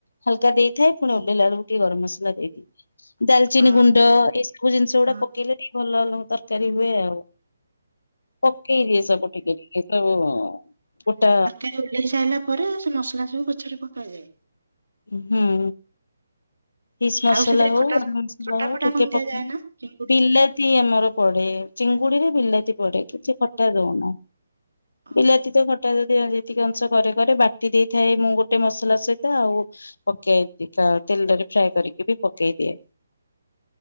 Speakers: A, on the left (about 60°); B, on the right (about 70°).
A: ହାଲକା ଦେଇଥାଏ ପୁଣି ଓଲିଲା ଏଳକୁ ଟିକଏ ଗରମସଲା ଦେଇଦିଏ। ଦାଲଚିନି
B: ଅ
A: ଗୁଣ୍ଡ ଏସବୁ ଜିନିଷ ଗୁଡା
B: ହଁ
A: ପକେଇଲେ ଭଲ ଲ ତରକାରୀ ହୁଏ ଆଉ। ପକେଇ ସବୁ ଟିକେ ଟେ ସବୁ ଗୋଟା
B: ଓଲେଇ ସାଇଲା ପରେ ସେ ମସଲା ସବୁ ପଛରେ ପକାଯାଏ।
A: ହୁଁ। ହିସ୍ ମସଲା
B: ଆଉ ସେଥିରେ
A: ହଉ
B: ଖଟା
A: ମସଲା
B: ଖଟା
A: ହଉ
B: ଫଟା
A: ଟିକେ
B: କଣ ଦିଆଯାଏ
A: ପକେଇ
B: ନା ଚିଙ୍ଗୁଡି
A: ବିଲାତି ତି ଆମର ପଡେ ଚିଙ୍ଗୁଡି ରେ ବିଲାତି ପଡେ କିଛି ଖଟା ଦଉନୁ।
B: ହ
A: ବିଲାତି ତ ଖଟା ଯଦି ଯେତିକି ଅଂଶ କରେ କରେ ବାଟି ଦେଇଥାଏ ମୁଁ ଗୋଟେ ମସଲା ସହିତ ଆଉ ପକେଇ ଓକେ ତେଲରେ ଫ୍ରାଏ କରିକି ବି ପକେଇ ଦିଏ।